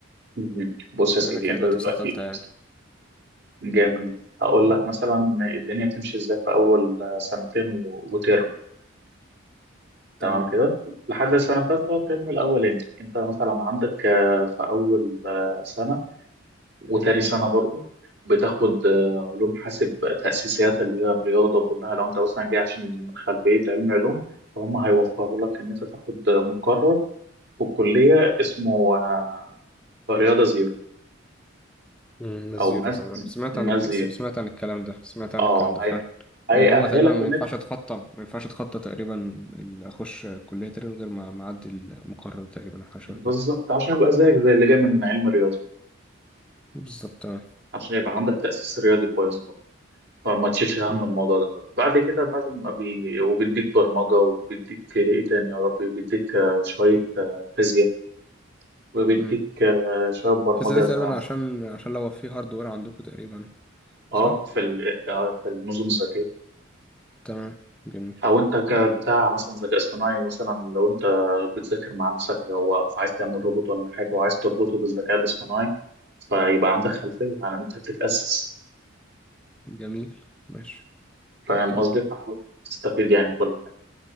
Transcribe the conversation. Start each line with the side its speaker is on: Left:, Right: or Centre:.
Right: مهم. بص يا سيدي
Centre: بما إنك يعني
Right: أنت
Centre: دلوقتي
Right: دلوقتي
Centre: في سنة تالتة يعني
Right: جميل هقول لك مثلا الدنيا تمشي إزاي في أول آه، سنتين و- وترم تمام
Centre: تمام
Right: كده لحد السنة الثالثة الترم الأولاني أنت مثلا عندك آه، في أول آه، سنة وتاني سنة برضو بتاخد آه، علوم حاسب تأسيسيات اللي هي الرياضة كلها لو أنت مثلا جاي عشان من خلفية علم علوم فهم هيوفروا لك إن أنت تاخد مقرر في الكلية اسمه آه، رياضة زيرو
Centre: امم ناس
Right: أو
Centre: زيرو
Right: ماس
Centre: تمام سمعت
Right: ماس
Centre: عن الك...
Right: زيرو
Centre: سمعت عن الكلام ده سمعت عن
Right: أه
Centre: الكلام ده
Right: هي
Centre: فعلا
Right: هيأهلك
Centre: وان هو تقريبا ما
Right: إن
Centre: ينفعش
Right: أنت
Centre: اتخطى ما ينفعش اتخطى تقريبا اللي اخش كليه تقريبا غير ما ما اعدي المقرر تقريبا او حاجه شبه
Right: بالظبط
Centre: كده
Right: عشان يبقى زيك زي اللي جاي من علم الرياضة
Centre: بالظبط تمام
Right: عشان يبقى عندك تأسيس رياضي كويس فما تشيلش هم
Centre: امم
Right: الموضوع ده بعد كده بعد ما بي... وبيديك برمجة وبيديك إيه تاني يا ربي بيديك آه، شوية آه، فيزياء وبيديك
Centre: امم
Right: آه، شوية برمجة
Centre: الفيزا دي تقريبا
Right: زي ما-
Centre: عشان عشان لو في هاردوير عندكم تقريبا
Right: اه
Centre: صح
Right: في ال... آه، في النظم الذكية
Centre: تمام جميل
Right: أو أنت كبتاع مثلا ذكاء اصطناعي مثلا لو أنت بتذاكر مع نفسك لو عايز تعمل روبوت ولا حاجة وعايز تربطه بالذكاء الاصطناعي فيبقى عندك خلفية يعني أنت بتتأسس
Centre: جميل ماشي
Right: فاهم
Centre: كمل
Right: قصدي؟ فحاول تستفيد يعني كل حاجة